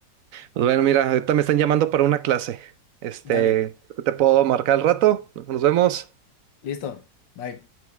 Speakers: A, on the right; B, on the left.
A: Pues bueno, mira, ahorita me están llamando para una clase. Este,
B: Dale,
A: te puedo marcar al rato. Nos vemos.
B: listo. Bye.